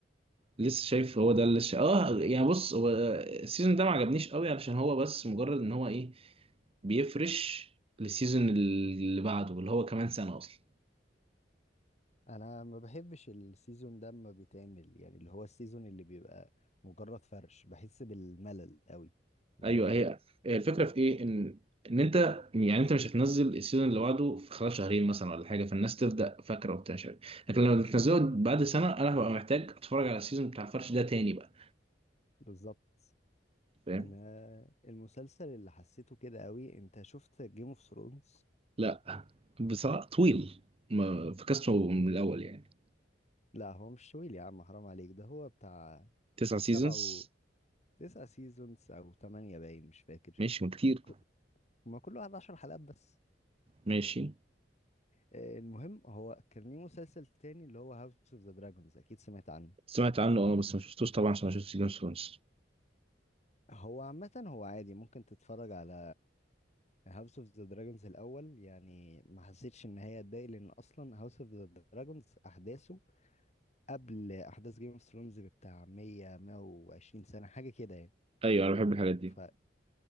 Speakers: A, on the right (about 35°); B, on the left (about 40°).
A: لسه شايف هو ده اللي ش... اه يعني بص هو السيزون ده ما عجبنيش قوي علشان هو بس مجرد ان هو ايه بيفرش للسيزون اللي بعده اللي هو كمان سنة اصلا
B: انا ما بحبش السيزون ده ما بيتعمل يعني اللي هو السيزون اللي بيبقى مجرد فرش بحس بالملل قوي اللي
A: ايوه
B: هو
A: هي هي الفكرة في ايه ان ان انت يعني انت مش هتنزل السيزون اللي بعده في خلال شهرين مثلا ولا حاجة فالناس تبدأ فاكرة وبتاع مش عارف. لكن لما تنزله بعد سنة انا هبقى محتاج اتفرج على السيزون بتاع الفرش ده تاني بقى
B: بالظبط
A: فاهم
B: انا المسلسل اللي حسيته كده قوي انت شفت جيم اوف ثرونز
A: لا بصراحة طويل ما فكسته من الاول يعني
B: لا هو مش طويل يا عم حرام عليك ده هو بتاع
A: تسع
B: سبعة
A: سيزونز
B: و تسعة سيزونز او تمانية باين مش فاكر
A: ماشي ما كتير
B: ك- ما كل واحد عشر حلقات بس
A: ماشي
B: آه، المهم هو كان ليه مسلسل تاني اللي هو هاوس اوف ذا دراجونز اكيد سمعت عنه
A: سمعت عنه اه بس ما شفتوش طبعا عشان ما شفتش جيم اوف ثرونز
B: هو عامة هو عادي ممكن تتفرج على هاوس اوف ذا دراجونز الاول يعني ما حسيتش ان هي اتضايق لان اصلا هاوس اوف ذا دراجونز احداثه قبل احداث جيم اوف ثرونز بتاع 100 120 سنة حاجة كده يعني
A: ايوه انا بحب الحاجات دي
B: ف